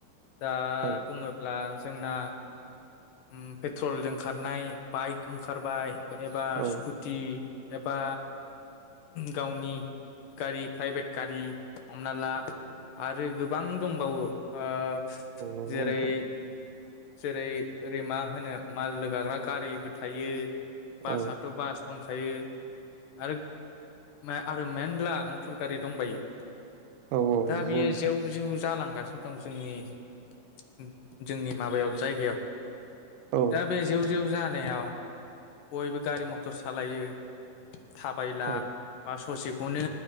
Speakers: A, on the left; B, on the right.
A: दा
B: औ
A: बुङोब्ला जोंना ओम पेट्रलजों खारनाय बाइक ओंखारबाय एबा
B: औ
A: स्कुटि एबा गावनि गारि प्राइभेट गारि हमना ला आरो गोबां दंबावो ओ
B: औ नांगौ
A: जेरै
B: नोंथां ।
A: जेरै ओरै मा होनो माल लोगाग्रा गारिबो थायो । बासआथ'
B: औ
A: बास दं खायो आरो मे आरो मेनला मटर गारि दंबायो ।
B: औ औ
A: दा
B: नंगौ
A: बियो
B: नोंथां
A: जेव जेव जालांगा सिम दं जोंनि ओम जोंनि माबायाव जायगायाव
B: औ
A: दा बे जेव जेव जा नायाव बयबो गारि मथर सालायो थाबायला
B: औ
A: बा ससे बेखौनो